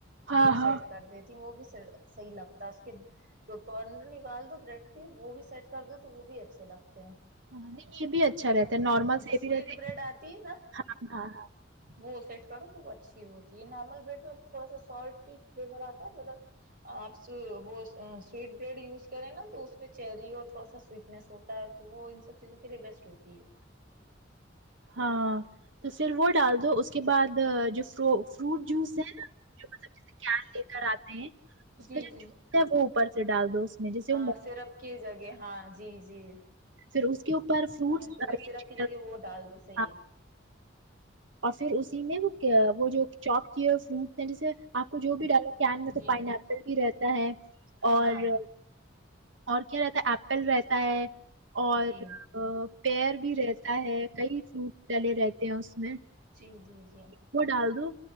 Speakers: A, on the right; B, on the right.
A: ہاں
B: وہ
A: ہاں
B: سیٹ کر دیتی وہ بھی صحیح لگتا ہے اس کے جو کارنر نکال دو بریڈ کی وہ بھی سیٹ کر دو تو وہ بھی اچھے لگتے ہیں
A: ہاں نہیں یہ بھی اچھا رہتا ہے نارمل
B: جو
A: سے
B: سویٹ
A: یہ بھی رہتا
B: بریڈ آتی ہے نا
A: ہاں ہاں
B: وہ سیٹ کرو تو وہ اچھی ہوتی ہے نارمل بریڈ میں تھوڑا سا سالٹی فلیور آتا ہے مگر آپ سویٹ بریڈ یوز کریں نہ تو اس میں چیری اور تھوڑا سا سویٹنیس ہوتا ہے تو وہ ان سب چیزوں کے لیے بیسٹ ہوتی ہے
A: ہاں ہاں تو پھر وہ ڈال دو اس کے بعد جو فر فروٹ جوس ہے نہ جو مطلب جیسے کراتے ہیں اس
B: جی
A: میں
B: جی
A: جو جو ہے وہ اوپر سے ڈال دو اس میں جیسے
B: ہاں سرپ کی جگہ ہاں جی جی
A: پھر اس کے اوپر فروٹس
B: ہاں شوگر
A: ارینج
B: سیرپ کی جگہ وہ ڈال دو صحیح
A: ہاں
B: ہے
A: اور پھر اسی میں وہ وہ جو چوب کیا اس نے پھر اسے آپ کو جو بھی ڈالا کین میں تو
B: جی
A: پائن ایپل بھی رہتا چاہے
B: ہاں
A: اور اور کیا رہتا ہے ایپل رہتا ہے اور
B: جی
A: پیر بھی رہتا ہے فروٹ ڈلے رہتے ہیں اس میں
B: جی جی جی
A: وہ ڈال دو